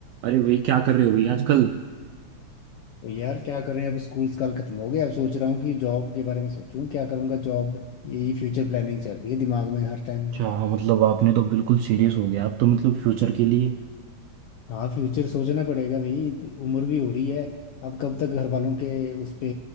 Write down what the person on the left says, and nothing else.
तो यार क्या करें अब स्कूल साल खत्म हो गया अब सोच रहा हूँ कि जॉब के बारे में सोचूं क्या करूँगा जॉब यही फ्यूचर प्लानिंग चल रही है दिमाग में हर टाइम
हाँ फ्यूचर सोचना पड़ेगा भाई उम्र भी हो रही है अब कब तक घर वालों के उस पे